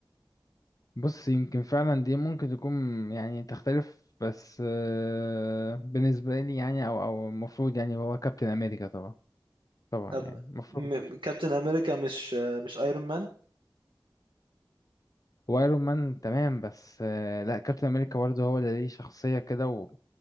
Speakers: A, on the left; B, on the right.
A: بص يمكن فعلا دي ممكن تكون يعني تختلف بس آه، بالنسبه لي يعني او او المفروض يعني هو كابتن امريكا طبعا طبعا
B: طب
A: يعني المفروض
B: م- كابتن امريكا مش آه، مش ايرون مان
A: وايرون مان تمام بس آه، لا كابتن امريكا برضه هو اللي ليه شخصيه كده و...